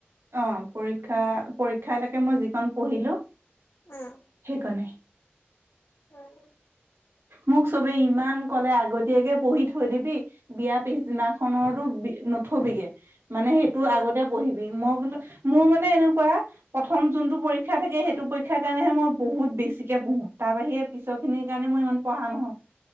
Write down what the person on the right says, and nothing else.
অ পৰীক্ষা পৰীক্ষা লেকে মই যিকন পঢ়িলো
সেইকণেই।
মোক চবে ইমান কলে আগতীয়াকে পঢ়ি থৈ দিবি। বিয়া পিছদিনাখনৰো বি নথবিগে মানে সেই। তোৰ
আগতে পঢ়িবি মই বোলো মোৰ মানে এনেকুৱা। প্ৰথম যোনতটো পৰীক্ষা থাকে সেইটো পৰীক্ষাৰ কাৰণেহে মই বহুত বেছিক কে পঢ়ো তাৰ বাহিৰে পিছত। সিখিনিৰ কাৰণে মই ইমান পঢ়া নহয়।